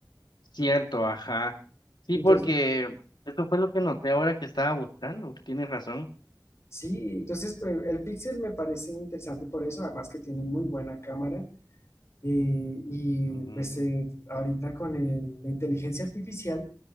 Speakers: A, on the left; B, on the left.
A: cierto, ajá. Sí,
B: Entonces,
A: porque eso fue lo que noté ahora que estaba buscando, tienes razón.
B: sí, entonces pues, el Pixel me parece interesante por eso, además que tiene muy buena cámara. Eh, y
A: Mm,
B: pues eh, ahorita con el- la inteligencia artificial